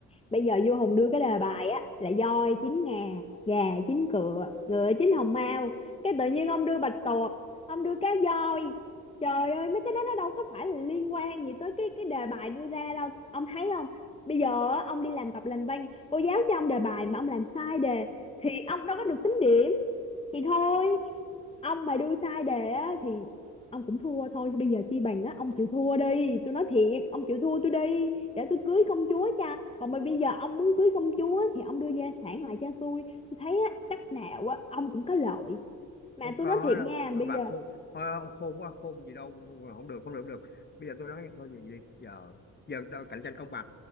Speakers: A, on the left; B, on the left.
A: bây giờ vua Hùng đưa cái đề bài á là voi chín ngà gà chín cựa ngựa chín hồng mao cái tự nhiên ông đưa bạch tuộc ông đưa cá voi trời ơi mấy cái đó nó đâu có phải là liên quan gì tới cái cái đề bài đưa ra đâu ông thấy không bây giờ á, ông đi làm tập làm văn cô giáo cho ông đề bài mà ông làm sai đề thì ông đâu có được tính điểm thì thôi ông mà đưa sai đề á thì ông cũng thua thôi thì bây giờ chi bằng á ông chịu thua đi tôi nói thiệt ông chịu thua tôi đi để tôi cưới công chúa cha còn mà bây giờ ông muốn cưới công chúa thì ông đưa gia sản lại cho tôi tôi thấy á, cách nào á, ông cũng có lợi mà
B: không có
A: tôi nói thiệt
B: đâu
A: nha
B: Nói
A: bây
B: bà
A: giờ
B: khôn thôi ông khôn quá khôn gì đâu không, được không được không được bây giờ tôi nói thôi vậy đi giờ giờ đâu, cạnh tranh công bằng